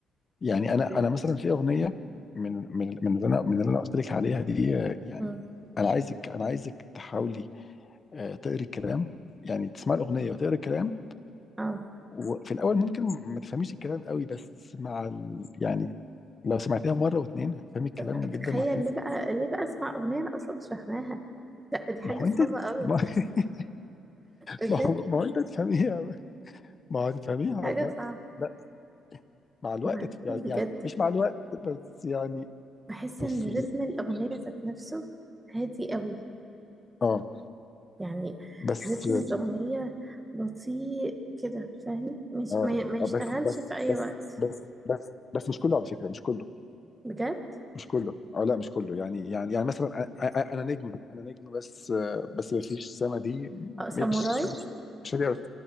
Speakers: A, on the left (about 35°); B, on the right (about 15°).
A: يعني انا
B: أيوة.
A: انا مثلا في اغنيه من من من اللي انا من اللي انا قلت لك عليها دي آه، يعني
B: مم.
A: انا عايزك انا عايزك تحاولي آه، تقري الكلام يعني تسمع الاغنيه وتقرا الكلام
B: اه
A: وفي الاول ممكن ما تفهميش الكلام قوي بس مع ال... يعني لو سمعتيها مره واتنين هتفهمي الكلام
B: ت-
A: جدا
B: تخيل
A: وهتحسي
B: ليه بقى ليه بقى اسمع اغنيه انا اصلا مش فاهماها لا دي حاجه
A: ما هو
B: صعبه
A: انت
B: قوي
A: ما <laughs>
B: بجد
A: ما هو ما هو انت هتفهميها ما هو هتفهميها
B: حاجه
A: والله
B: صعبه
A: لا مع الوقت
B: وبعدين
A: هتف- يعني
B: بجد
A: يعني مش مع الوقت بس يعني
B: بحس
A: بص
B: ان رتم الاغنيه ذات نفسه هادي قوي
A: اه
B: يعني
A: بس
B: رتم الاغنيه بطيء كده فاهم مش
A: اه
B: ما, ما يشتغلش
A: آه، بس بس
B: في اي
A: بس
B: وقت
A: بس بس بس مش كله على فكره مش كله
B: بجد
A: مش كله اه لا مش كله يعني يعني يعني مثلا أ- أ- انا نجم انا نجم بس آه، بس ما فيش السنه دي
B: اه ساموراي
A: مش مش هتقدر